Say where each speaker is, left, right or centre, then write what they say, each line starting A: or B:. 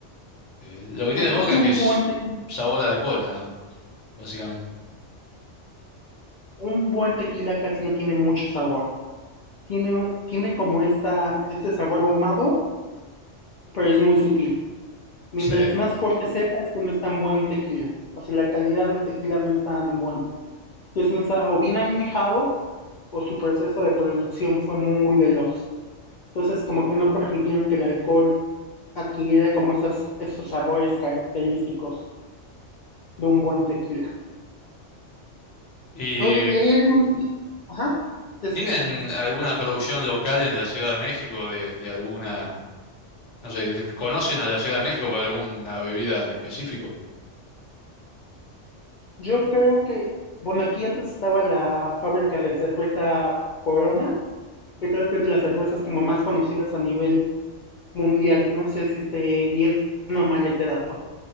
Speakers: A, on the left (about 75°); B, on the left (about 50°).
A: Eh, lo que
B: Bueno,
A: tiene el vodka
B: es que
A: es
B: un
A: que es
B: buen tequila,
A: sabor de alcohol nada más, básicamente.
B: un buen tequila casi no tiene mucho sabor. Tiene, tiene como esta, este sabor ahumado, pero es muy sutil. Mientras
A: Sí.
B: más fuerte sepa, es que no es tan buen tequila. O sea, la calidad del tequila no es tan buena. Entonces, no está o bien añejado o su proceso de producción fue muy veloz. Entonces, como que no permitieron que el alcohol adquiriera como esas, esos sabores característicos de un buen tequila.
A: ¿Y
B: Oye, ¿y hay algún... Ajá, te escucho.
A: tienen alguna producción local en la Ciudad de México de, de alguna, no sé, de- conocen a la Ciudad de México para alguna bebida en específico?
B: Yo creo que, bueno, aquí antes estaba la fábrica de cerveza Corona, que creo que es de las cervezas como más conocidas a nivel mundial. No sé si esté bien o mal ese dato.